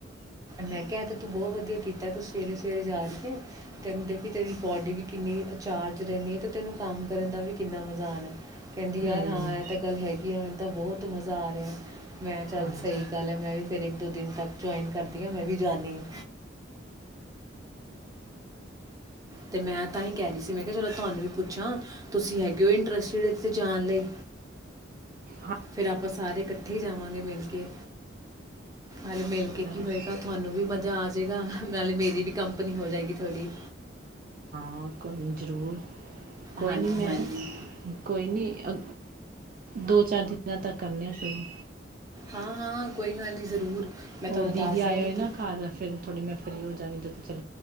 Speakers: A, on the right (about 20°); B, on the right (about 45°).
A: ਮੈਂ ਕਿਹਾ ਏ ਤੂੰ ਬਹੁਤ ਵਧੀਆ ਕੀਤਾ ਤੂੰ ਸਵੇਰੇ ਸਵੇਰੇ ਜਾ ਰਹੀ ਏ। ਤੈਨੂੰ ਦੇਖੀ ਤੇਰੀ ਬੋਡੀ ਵੀ ਕਿੰਨੀ ਚਾਰਜ ਰਹਿੰਦੀ ਹੈ ਤੇ ਤੈਨੂੰ ਕੰਮ ਕਰਨ ਦਾ ਵੀ ਕਿੰਨਾ ਮਜ਼ਾ ਆਉਣਾ ਕਹਿੰਦੀ ਯਾਰ
B: ਹੂੰ
A: ਹਾਂ ਇਹ ਤਾਂ ਗੱਲ ਹੈਗੀ ਆ ਮੈਨੂੰ ਤਾਂ ਬਹੁਤ ਮਜ਼ਾ ਆ ਰਿਹਾ ਮੈਂ ਚੱਲ
B: ਹਾਂਜੀ
A: ਸਹੀ ਗੱਲ ਹੈ ਮੈਂ ਵੀ ਫਿਰ ਇੱਕ ਦੋ ਦਿਨ ਤੱਕ ਜੁਆਇਨ ਕਰਦੀ ਹਾਂ ਮੈਂ ਵੀ ਜਾਨੀ ਹਾਂ। ਤੇ ਮੈਂ ਤਾਂ ਹੀ ਕਹਿ ਰਹੀ ਸੀ ਮੈਂ ਕਿਹਾ ਚਲੋ ਤੁਹਾਨੂੰ ਵੀ ਪੁੱਛਾਂ ਤੁਸੀਂ ਹੈਗੇ ਹੋ ਇੰਟਰਸਟਿਡ ਇੱਥੇ ਜਾਣ ਲਈ,
B: ਹਾਂ
A: ਫੇਰ ਆਪਾਂ ਸਾਰੇ ਇਕੱਠੇ ਜਾਵਾਂਗੇ ਮਿਲ ਕੇ, ਹੱਲੇ ਮਿਲ
B: ਆਉਂਦਾ
A: ਕੇ ਕੀ
B: ਵਾ।
A: ਹੋਏਗਾ ਤੁਹਾਨੂੰ ਵੀ ਮਜ਼ਾ ਆ ਜਾਏਗਾ ਨਾਲੇ ਮੇਰੀ ਵੀ ਕੰਪਨੀ ਹੋ ਜਾਏਗੀ ਥੋਡੀ।
B: ਹਾਂ ਕੋਈ ਨੀ ਜ਼ਰੂਰ। ਕੋਈ
A: ਹਾਂਜੀ
B: ਨੀ ਮੈਂ
A: ਹਾਂਜੀ
B: ਕੋਈ ਨੀ ਅ ਦੋ-ਚਾਰ ਦਿਨਾਂ ਤੱਕ ਕਰਨੇ ਆ ਸ਼ੁਰੂ।
A: ਹਾਂ-ਹਾਂ ਕੋਈ ਗੱਲ ਨਹੀਂ ਜ਼ਰੂਰ। ਮੈਂ ਤੁਹਾਨੂੰ
B: ਉਹ ਦੀਦੀ
A: ਦੱਸ
B: ਆਏ
A: ਦਾਂਗੀ
B: ਹੋਏ ਨਾ
A: ਕਿ
B: ਘਰ ਫ਼ਿਰ ਥੋੜੀ ਮੈਂ ਫਰੀ ਹੋ ਜਾਗੀ ਜਦ